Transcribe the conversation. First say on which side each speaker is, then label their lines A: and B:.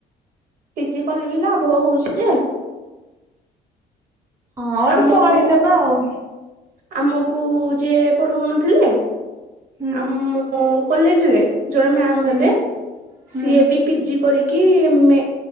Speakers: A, on the right (about 55°); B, on the right (about 20°).
A: ପିଜି କଲେ ବି ଲାଭ ହଉଛି ଯେ।
B: ହଁ ଗୋଟେ
A: ଆମକୁ
B: ପାଢ଼ୀ ଦେବା ଆଉ।
A: ଆମକୁ ଯିଏ ପଢଉନଥିଲେ
B: ହୁଁ
A: ଆମ୍ ମୋ କଲେଜରେ। ଜଣେ ମ୍ୟାମ
B: ହୁଁ।
A: ହେବେ
B: ହୁଁ
A: ସିଏ ବି ପିଜି କରି କି ଏ ଏମ